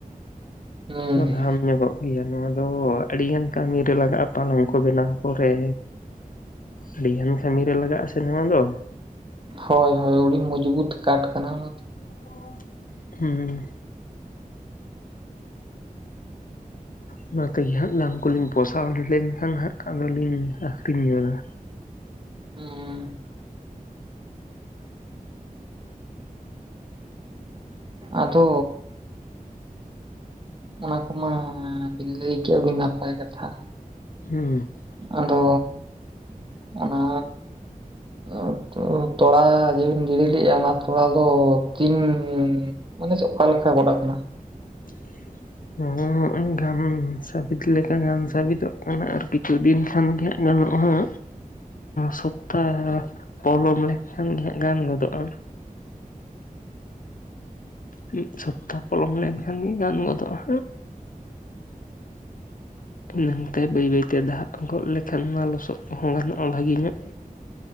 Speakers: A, on the right; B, on the left.
A: ᱦᱩᱸ ᱦᱩᱸ
B: ᱫᱷᱟᱢ ᱧᱚᱜᱚᱜ ᱤᱭᱟᱹ ᱱᱚᱣᱟ ᱫᱚ ᱟᱹᱰᱤ ᱜᱟᱱ ᱠᱟᱹᱢᱤ ᱨᱮ ᱞᱟᱜᱟᱜᱼᱟ ᱯᱟᱞᱚᱝ ᱠᱚ ᱵᱮᱱᱟᱣ ᱠᱚᱨᱮ ᱟᱹᱰᱤ ᱜᱟᱱ ᱠᱟᱹᱢᱤᱨ ᱨᱮ ᱞᱟᱜᱟᱜᱼᱟ ᱥᱮ ᱱᱚᱣᱟ ᱫᱚ
A: ᱦᱳᱭ ᱦᱳᱭ ᱟᱹᱰᱤ ᱢᱩᱡᱽᱵᱩᱛ ᱠᱟᱴ ᱠᱟᱱᱟ ᱚᱱᱟ
B: <inaudible> ᱦᱩᱸ ᱚᱱᱟ ᱛᱮᱜᱮ ᱦᱟᱸᱜ ᱫᱟᱢ ᱠᱚᱞᱤᱧ ᱯᱚᱥᱟᱣ ᱞᱮᱱᱠᱷᱟᱱ ᱦᱟᱸᱜ ᱟᱫᱚᱞᱤᱧ ᱟᱹᱠᱷᱨᱤᱧ ᱧᱚᱜᱟ
A: ᱩᱸ ᱾ ᱟᱫᱚ ᱚᱱᱟ ᱠᱚᱢᱟ ᱵᱤᱱ ᱞᱟᱹᱭ ᱠᱮᱜ-ᱟ ᱟᱹᱰᱤ ᱱᱟᱯᱟᱭ ᱠᱟᱛᱷᱟ ᱾
B: ᱦᱩᱸ ᱾
A: ᱟᱫᱚ ᱚᱱᱟ <unintelligible> ᱛᱚᱲᱟ ᱡᱮ ᱵᱤᱱ ᱜᱤᱲᱤ ᱮᱜᱼᱟ ᱚᱱᱟ ᱛᱚᱲᱟ ᱫᱚ ᱛᱤᱱ ᱢᱟᱱᱮ ᱥᱮ ᱚᱠᱟ ᱞᱮᱠᱟ ᱜᱚᱰᱟ ᱠᱟᱱᱟ?
B: <inaudible> ᱱᱚ ᱚ-ᱤᱧ ᱜᱟᱱ ᱥᱟᱵᱤᱛ ᱞᱮᱠᱟ ᱜᱟᱱ ᱥᱟᱵᱤᱫᱚᱜ ᱠᱟᱱᱟ ᱟᱨ ᱠᱤᱪᱷᱩ ᱫᱤᱱ ᱠᱷᱟᱱ ᱜᱮ ᱜᱟᱱᱚᱜ ᱟ ᱦᱮᱸ ᱥᱚᱯᱛᱟ ᱯᱚᱞᱚᱢ ᱞᱮᱱᱠᱷᱟᱱ ᱜᱮ ᱦᱟᱸᱜ ᱜᱟᱱ ᱜᱚᱫᱚᱜᱼᱟ ᱢᱤᱫ ᱥᱚᱯᱛᱟᱦ ᱯᱚᱞᱚᱢ ᱞᱮᱱᱠᱷᱟᱱ ᱜᱮ ᱜᱟᱱ ᱜᱚᱫᱚᱜᱼᱟ ᱮᱱᱟᱹᱝᱛᱮ ᱵᱟᱹᱭ ᱵᱟᱹᱭᱛᱮ ᱫᱟᱜ ᱜᱚᱫ ᱞᱮᱠᱷᱟᱱ ᱚᱱᱟ ᱞᱚᱥᱚᱫ ᱠᱚᱦᱚᱸ ᱜᱟᱱᱚᱜᱼᱟ ᱵᱷᱟᱹᱜᱮ ᱧᱚᱜ